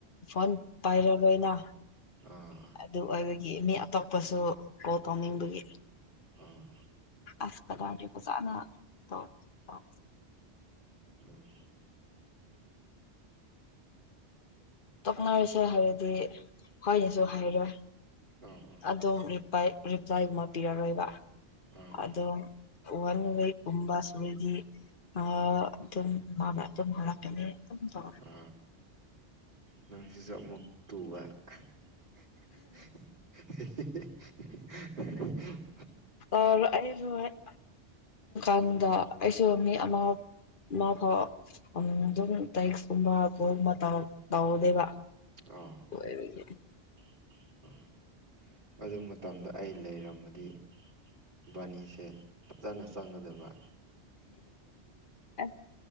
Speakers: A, on the left; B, on the right.
A: ꯐꯣꯟ ꯄꯥꯏꯔꯣꯏꯅ
B: ꯑꯝ
A: ꯑꯗꯨ ꯑꯣꯏꯕꯒꯤ ꯃꯤ ꯑꯇꯣꯞꯄꯁꯨ ꯀꯣꯜ ꯇꯧꯅꯤꯡꯕꯒꯤ
B: ꯎꯝ
A: ꯑꯁꯇꯒꯥ ꯐꯖꯥꯅ ꯇꯧ ꯑ
B: ꯎꯝ
A: ꯇꯣꯛꯅꯔꯁꯦ ꯍꯥꯏꯔꯗꯤ ꯍꯣꯏꯅꯦꯁꯨ ꯍꯥꯏꯔꯣꯏ
B: ꯑꯣ ꯑꯣ
A: ꯑꯗꯨꯝ꯭ꯂ ꯔꯤꯄ꯭ꯂꯥꯏꯒꯨꯝꯕ ꯄꯤꯔꯔꯣꯏꯕ
B: ꯑꯥ
A: ꯑꯣ ꯑꯣꯟꯋꯦ ꯀꯨꯝꯕꯥ ꯁꯨꯔꯗꯤ ꯑ ꯑꯗꯨꯝ ꯃꯥꯅ ꯑꯗꯨꯝ ꯍꯂꯀꯅꯤ ꯑꯗꯨꯝ ꯇꯧ
B: ꯑ ꯅꯨꯃꯤꯠꯁꯤꯁꯨ ꯑꯃꯨꯛ ꯇꯨꯕ <unintelligible> <unintelligible>
A: ꯑꯩ ꯑꯩꯁꯨ ꯍꯦꯛ <inaudible> ꯑꯩꯁꯨ ꯃꯤ ꯑꯃ ꯃꯥ ꯐꯥꯎ ꯑꯗꯨꯝ ꯇꯦꯛꯁꯀꯨꯝꯕ ꯀꯣꯜꯒꯨꯝ ꯇꯧꯔ ꯇꯧꯗꯦꯕ
B: ꯑꯥ
A: <unintelligible>
B: <unintelligible> ꯑꯗꯨ ꯃꯇꯝꯗ ꯑꯩ ꯂꯩꯔꯝꯃꯗꯤ ꯕꯥꯅꯤꯁꯦ ꯐꯖꯅ ꯆꯪꯒꯗꯕ
A: ꯑꯁ